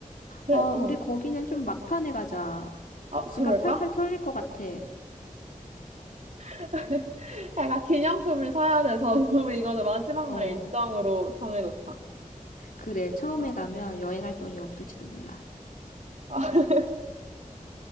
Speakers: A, on the right (about 60°); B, on the left (about 85°).
A: 그래,
B: 아, 우리
A: 어,
B: 거기는 좀 막판에 가자.
A: 어,
B: 지갑
A: 그럴까?
B: 탈탈 털릴 것 같아.
A: <laughs> 약간 기념품을 사야 돼서, <laughs> 그러면 이거는 마지막
B: 어.
A: 날 일정으로 정해놓자.
B: 그래, 처음에
A: 어.
B: 가면 여행할 돈이 없을지도 몰라.
A: <laughs>